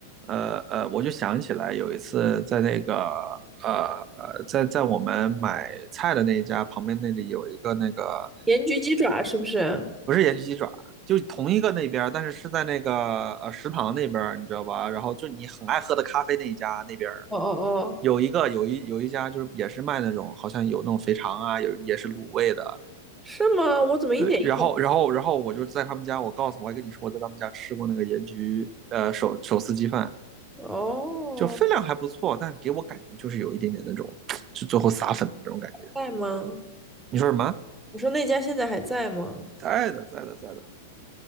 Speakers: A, on the right (about 30°); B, in the centre.
A: 呃呃，我就想起来有一次在那个呃呃在在我们买菜的那一家旁边那里有一个那个
B: 盐焗鸡爪是不是？
A: 不是盐焗鸡爪，就同一个那边儿，但是是在那个呃食堂那边儿，你知道吧？然后就你很爱喝的咖啡那一家那边儿
B: 哦哦哦，
A: 有一个有一有一家就是也是卖那种好像有那种肥肠啊，有也是卤味的。
B: 是吗？我怎么一点印象？
A: 对，然后然后然后我就在他们家，我告诉我还跟你说我在他们家吃过那个盐焗呃手手撕鸡饭，
B: 哦，
A: 就分量还不错，但给我感觉就是有一点点那种就最后撒粉的那种感觉。
B: 在吗？
A: 你说什么？
B: 我说那家现在还在吗？
A: 在的，在的，在的。